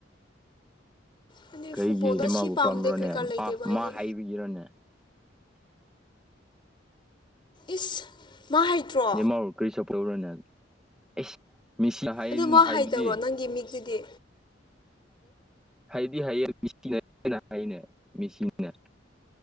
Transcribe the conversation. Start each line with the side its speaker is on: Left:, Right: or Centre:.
Left: ꯍꯥꯏꯗꯤ
Centre: ꯀꯩꯒꯤ
Left: ꯐꯨꯠꯕꯣꯜꯗ
Centre: ꯏꯃꯥꯕꯨ
Left: ꯁꯤ ꯄꯥꯝꯗꯦ
Centre: ꯄꯥꯝꯕ꯭ꯔꯣꯅꯦ
Left: ꯀ꯭ꯔꯤꯀꯥ ꯂꯩꯇꯦꯕ
Centre: ꯑ
Left: ꯑꯩꯗꯤ
Centre: ꯃꯥ ꯍꯥꯏꯕꯤꯔꯣꯅꯦ
Left: ꯏꯁ ꯃꯥ ꯍꯩꯇ꯭ꯔꯣ
Centre: ꯌꯦ ꯃꯥꯎꯔꯣ ꯀꯔꯤ ꯁꯞ ꯇꯧꯔꯅꯦ ꯑꯦꯁ ꯃꯤꯁꯤꯅ ꯍꯥꯏ
Left: ꯑꯗꯨ ꯃꯥ
Centre: ꯍꯥꯏꯕꯗꯤ
Left: ꯍꯩꯇꯕ꯭ꯔꯣ ꯅꯪꯒꯤ ꯃꯤꯛꯇꯨꯗꯤ
Centre: ꯍꯥꯏꯗꯤ ꯍꯥꯏꯌꯦꯦꯅ ꯍꯥꯏꯅꯦ ꯃꯦꯆꯅ